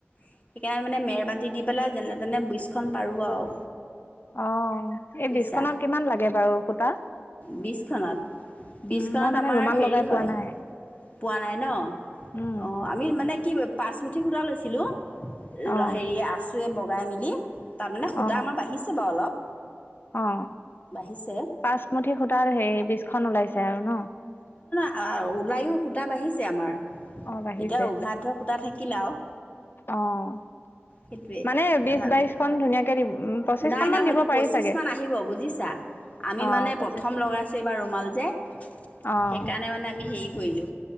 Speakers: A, on the left; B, on the left.
A: সেইকাৰণে মানে মেৰবাতি দি পেলাই যেনে তেনে বিছখন পাৰোঁ আৰু
B: অ এই
A: বুজিছা।
B: বিচখনত কিমান লাগে বাৰু সূতা
A: বিছখনত বিছখনত
B: উ মই মানে
A: আমাৰ
B: ৰুমাল
A: হেৰি
B: লগাই
A: হয়
B: পোৱা নাই
A: পোৱা নাই ন
B: উম
A: অঁ আমি মানে কি পাচমুঠি সূতা লৈছিলোঁ
B: অ
A: হেৰিয় আছোয়ে বগ বাই মিলি তাৰমানে সূতা‌
B: অ
A: আমাৰ বাঢ়িছে বাৰু অলপ
B: অ
A: বাঢ়িছে
B: পাঁচমুঠি সুতাৰ হে বিছ খ ওলাইছে আৰু ন
A: অ, 'ওলায়ো সূতা বাঢ়িছে আমাৰ।
B: অ বাঢ়িছে
A: এতিয়া উঘাত ধৰ খুতা থাকিলা আৰু
B: অ
A: সেইটোৱেই
B: মানে
A: তথাপিত
B: বিশ বাইশখন ধুনীয়াকে দি পঁচিশখন
A: নাই নাই
B: মান
A: হয়তো
B: দিব পাৰি
A: পঁচিশ
B: চাগে।
A: মান আহিব বুজিছা। আমি
B: অ
A: মানে
B: পঁচিছখন
A: প্ৰথম লগাইছো এইবাৰ ৰুমাল সেইকাৰণে
B: অ',
A: মানে আমি হেৰি কৰিলো।